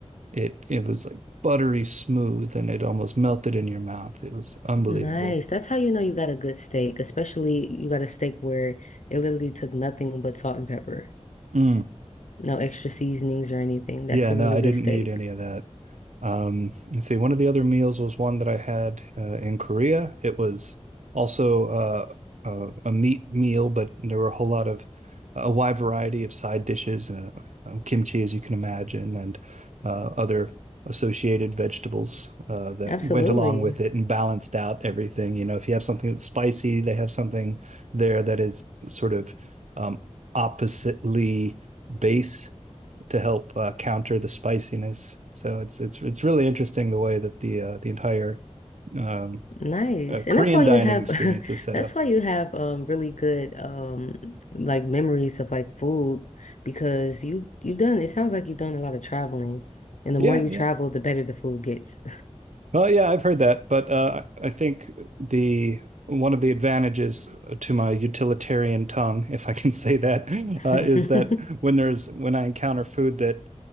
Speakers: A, on the right (about 75°); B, on the left (about 85°).
A: it it was like buttery smooth and it almost melted in your mouth. It was unbelievable.
B: Nice. That's how you know you got a good steak, especially you got a steak where it literally took nothing but salt and pepper.
A: Mm.
B: No extra seasonings or anything. That's
A: Yeah,
B: a
A: no,
B: really
A: I
B: good
A: didn't
B: steak.
A: need any of that. Um, let's see, one of the other meals was one that I had uh, in Korea. It was also uh, uh, a meat meal, but there were a whole lot of a wide variety of side dishes, uh, um, kimchi, as you can imagine, and uh, other associated vegetables uh, that
B: Absolutely.
A: went along with it and balanced out everything. You know, if you have something that's spicy, they have something there that is sort of um, oppositely base to help uh, counter the spiciness. So it's it's it's really interesting the way that the uh, the entire um,
B: Nice.
A: uh,
B: And
A: Korean
B: that's why
A: dining
B: you have
A: experience
B: <laughs>
A: is set
B: that's
A: up.
B: why you have um really good um like memories of like food because you you've done it sounds like you've done a lot of traveling. And the
A: Yeah,
B: more you
A: yeah.
B: travel, the better the food gets.
A: Well, yeah, I've heard that, but uh, I think the one of the advantages to my utilitarian tongue, if I can <laughs> say that,
B: <laughs>
A: uh, is that when there's when I encounter food that